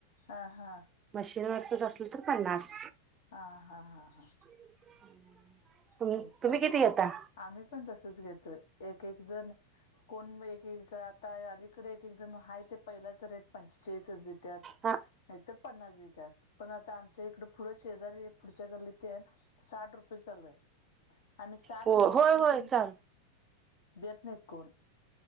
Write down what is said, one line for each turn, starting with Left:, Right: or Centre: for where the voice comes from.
Left: हा, हा
Right: मशीन वरचं असल तर पन्नास.
Left: हा, हा, हा, हा
Right: <inaudible>
Left: ते, सगळी
Right: तुम्ही किती घेता
Left: आम्ही पण तसच घेतोय. एक, एक जण कोण एक एक घर, आता अलीकडे एक एक जण आहे ते पहिलाच रेट पंचेचाळीस ह देत. त्यात,
Right: हा
Left: नाहीतर पन्नास देत्यात. पण आता आमच्या इकड, पुढं शेजारी पुढच्या गल्ली ते आहे. साठ रुपये चालू आहे. आम्ही साठ
Right: हो
Left: म्हटल
Right: होय
Left: तरी
Right: होय
Left: पण,
Right: चाल
Left: देत नाहीत कोण?